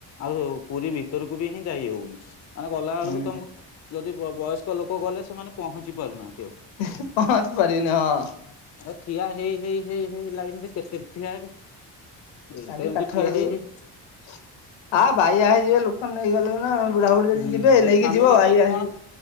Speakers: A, on the left; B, on the left.
A: ଆଉ ପୁରୀ ଭିତରକୁ ବି ହିଁ ଯାଇ ହଉନି। ମାନେ ଗଲାବେଳକୁ
B: ହୁଁ
A: ତମକୁ ଯଦି ବ ବୟସ୍କ ଲୋକ ଗଲେ ସେମାନେ ପହଞ୍ଚି ପାରୁନାହାନ୍ତି ଆଉ।
B: <unintelligible> ହଁ
A: ଏ ଠିଆ ହେଇ ହେଇ ହେଇ ହେଇ ଲାଇନ୍ ରେ କେତେ ଠିଆ ହେବେ। ଏଇତ
B: ଗାଣ୍ଡି
A: ଏମିତି
B: କାଠ
A: ଠିଆ
B: ହେଇଯିବେ,
A: ହେଇ ହେଇ
B: ଆ ବାଇଆ ହେଇଯିବେ ଲୋକ ନେଇଗଲେ ନା ଆଉ। ବୁଢ଼ାବୁଢ଼ୀ ଯଦି
A: ହୁଁ
B: ଯିବେ
A: ଏ
B: ନେଇକି
A: ଫ୍ୟାମିଲି
B: ଯିବ ବାଇଆ
A: ନେଇକି କଣ
B: ହେଇଯିବ।